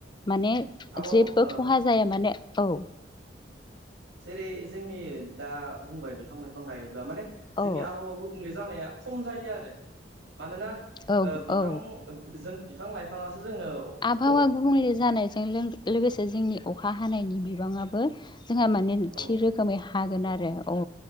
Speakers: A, on the left; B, on the right.
A: माने
B: आबाव
A: जेबो
B: ओ
A: खहा जाया माने औ
B: जेरै जोंनि दा बुंबाय बिफां लाइफां गायोब्ला माने जोंनि
A: औ
B: आबहावा गुबुंले जानाया खम जायो आरो मानोना
A: औ
B: बिफां
A: औ
B: जों बिफां लाइफाङासो जोंनो
A: आबहावा
B: अ
A: गुबुंले जानायजों लोगोसे जोंनि अखा हानायनि बिबाङाबो जोंहा माने
B: औ
A: थि रोखोमै हागोन आरो औ